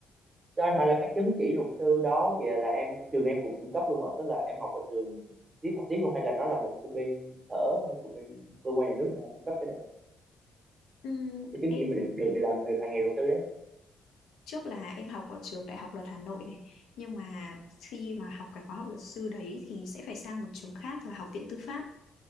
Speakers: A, on the right; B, on the left.
A: cho anh hỏi là cái chứng chỉ luật sư đó kìa là em trường em cũng cung cấp luôn hả tức là em học ở trường tiếp học tiếp luôn hay là nó là một của bên sở hay của bên cơ quan nhà nước nào cung cấp cái đấy
B: ừ,
A: cái chứng
B: em
A: chỉ mà được được để làm việc hành nghề luật sư đấy
B: trước là em học ở trường Đại học Luật Hà Nội này nhưng mà khi mà học cái khóa học luật sư đấy thì sẽ phải sang một trường khác là Học viện Tư pháp